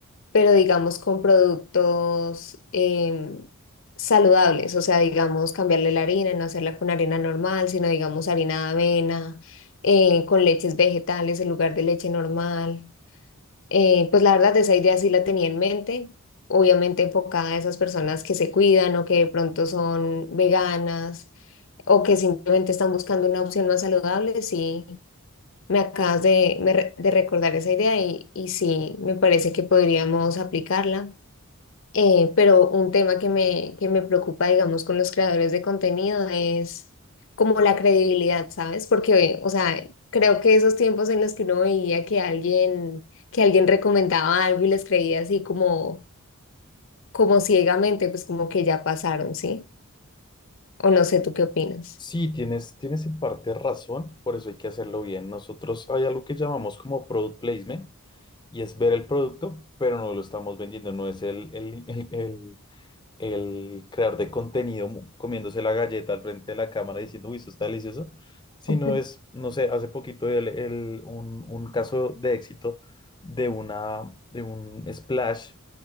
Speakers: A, on the left; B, on the left.
A: pero digamos con productos em, saludables, o sea, digamos cambiarle la harina, no hacerla con harina normal, sino digamos harina de avena, eh, con leches vegetales en lugar de leche normal. Eh, pues la verdad, esa idea sí la tenía en mente, obviamente enfocada a esas personas que se cuidan o que de pronto son veganas o que simplemente están buscando una opción más saludable. Sí, me acabas de, me re- de recordar esa idea y, y sí, me parece que podríamos aplicarla. Eh, pero un tema que me, que me preocupa, digamos, con los creadores de contenido es como la credibilidad, ¿sabes? Porque, o sea, creo que esos tiempos en los que uno veía que alguien, que alguien recomendaba algo y les creía así como, como ciegamente, pues como que ya pasaron, ¿sí? O no sé, ¿tú qué opinas?
B: Sí, tienes, tienes en parte razón, por eso hay que hacerlo bien. Nosotros hay algo que llamamos como product placement y es ver el producto, pero no lo estamos vendiendo, no es el, el, el, el el creador de contenido mu- comiéndose la galleta al frente de la cámara diciendo, uy, esto está delicioso, sino
A: <laughs>
B: es, no sé, hace poquito el, el- un, un caso de éxito de, una, de un splash